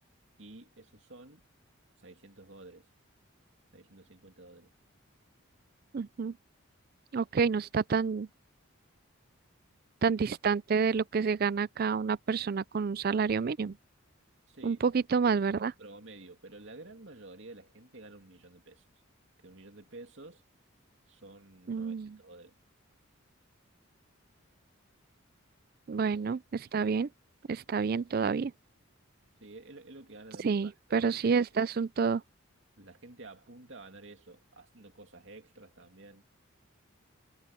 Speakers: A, on the right; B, on the right.
A: Y esos son 600 dólares, 650 dólares.
B: Ujú. Ok, no está tan, tan distante de lo que se gana acá una persona con un salario mínimo.
A: Sí,
B: Un poquito
A: e-
B: más, ¿verdad?
A: el promedio, pero la gran mayoría de la gente gana un millón de pesos, que un millón de pesos son
B: Mm,
A: 900 dólares.
B: Bueno, está bien, está bien todavía.
A: Sí, es lo, es lo que gana la
B: Sí,
A: mayoría
B: pero sí,
A: de
B: este
A: la gente.
B: asunto,
A: La gente apunta a ganar eso, haciendo cosas extras también.